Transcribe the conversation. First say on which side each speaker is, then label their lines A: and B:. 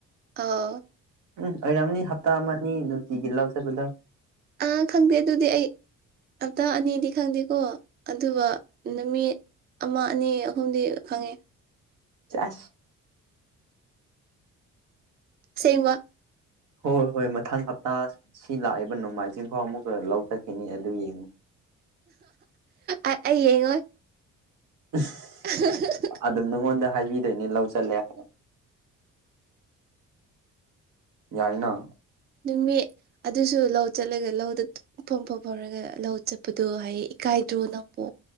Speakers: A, on the right (about 35°); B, on the right (about 80°).
A: ꯑꯣ
B: ꯎꯝ ꯑꯣꯏꯔꯝꯅꯤ ꯍꯞꯇꯥ ꯑꯃꯅꯤ ꯅꯨꯡꯇꯤꯒꯤ ꯂꯧ ꯆꯠꯄꯗꯣ
A: ꯑꯥ ꯈꯪꯗꯦ ꯑꯗꯨꯗꯤ ꯑꯩ ꯍꯞꯇꯥ ꯑꯅꯤꯗꯤ ꯈꯪꯗꯦꯀꯣ ꯑꯗꯨꯒ ꯅꯨꯃꯤꯠ ꯑꯃ ꯑꯅꯤ ꯑꯍꯨꯝꯗꯤ ꯈꯪꯉꯦ
B: ꯁꯦꯁ
A: ꯁꯦꯡꯕ
B: ꯍꯣꯏ ꯍꯣꯏ ꯃꯊꯪ ꯍꯞꯇꯥ ꯁꯤ ꯂꯥꯛꯏꯕ ꯅꯣꯡꯃꯥꯏꯖꯤꯡꯐꯥꯎ ꯑꯃꯨꯛꯀ ꯂꯧ ꯆꯠꯈꯤꯅꯤ ꯑꯗꯨ ꯌꯦꯡꯉꯨ
A: ꯑ ꯑꯩ ꯌꯦꯡꯉꯣꯏ
B: <inaudible>
A: <unintelligible>
B: ꯑꯗꯨ ꯅꯉꯣꯟꯗ ꯍꯥꯏꯕꯤꯗꯣꯏꯅꯤ ꯂꯧ ꯆꯠꯂꯦ ꯍꯥꯏ <unintelligible> ꯌꯥꯏꯅꯥ
A: ꯅꯨꯃꯤꯠ ꯑꯗꯨꯁꯨ ꯂꯧ ꯆꯠꯂꯒ ꯂꯧꯗ ꯇꯨ <unintelligible> ꯂꯧ ꯆꯠꯄꯗꯣ ꯍꯥꯏ ꯏꯀꯥꯏꯗ꯭ꯔꯣ ꯅꯪꯕꯣ